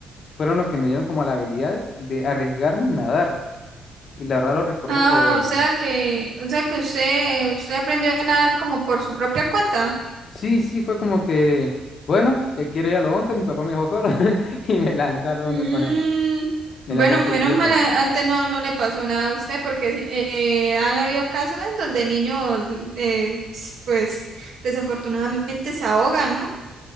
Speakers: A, on the left (about 55°); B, on the right (about 70°).
A: fueron los que me dieron como la habilidad de, de arriesgarme y nadar. Y la verdad lo recuerdo
B: Ah,
A: con...
B: o sea que, o sea que usted, usted aprendió a nadar como por su propia cuenta.
A: Sí, sí, fue como que, bueno, eh, quiero ir a lo hondo, mi papá me dejó solo <laughs> y me lancé a lo
B: Mm,
A: hondo con él. Me
B: bueno,
A: lancé a seguirlo.
B: menos mal, eh, antes no, no le pasó nada a usted, porque sí, eh, han habido casos en donde niños, eh, pues, desafortunadamente se ahogan, ¿no?